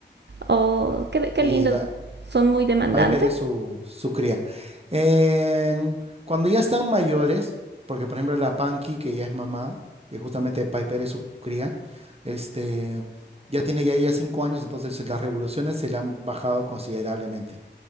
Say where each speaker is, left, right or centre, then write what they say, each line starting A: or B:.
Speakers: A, on the right; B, on the right.
A: Oh, qué, qué
B: Y
A: lindo.
B: la,
A: Son muy demandantes.
B: Piper es su, su cría. En- cuando ya están mayores, porque por ejemplo la Panky, que ya es mamá, que justamente Piper es su cría, este, ya tiene ya ella cinco años, entonces las revoluciones se le han bajado considerablemente.